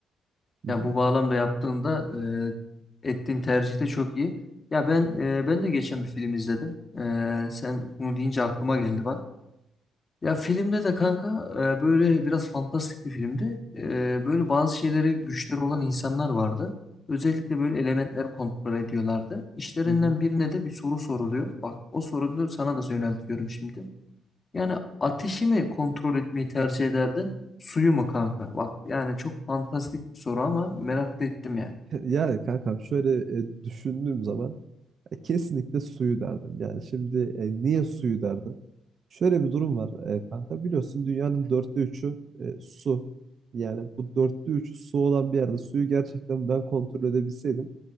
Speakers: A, on the right; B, on the left.
A: Hı
B: Ya
A: hı.
B: bu bağlamda yaptığında e, ettiğin tercih de çok iyi. Ya ben e, ben de geçen bir film izledim. E, sen bunu deyince aklıma geldi bak. Ya filmde de kanka e, böyle biraz fantastik bir filmdi. E, Böyle bazı şeylere güçleri olan insanlar vardı. Özellikle böyle elementler kontrol ediyorlardı. İşlerinden
A: Hı hı.
B: birine de bir soru soruluyor. Bak o soruyu sana da yöneltiyorum şimdi. Yani ateşi mi kontrol etmeyi tercih ederdin? Suyu mu kanka? Bak yani çok fantastik bir soru ama merak da ettim yani.
A: <laughs> Yani kankam şöyle e, düşündüğüm zaman e, kesinlikle suyu derdim. Yani şimdi e, niye suyu derdim? Şöyle bir durum var e, kanka biliyorsun dünyanın dörtte üçü e, su. Yani bu dörtte üçü su olan bir yerde suyu gerçekten ben kontrol edebilseydim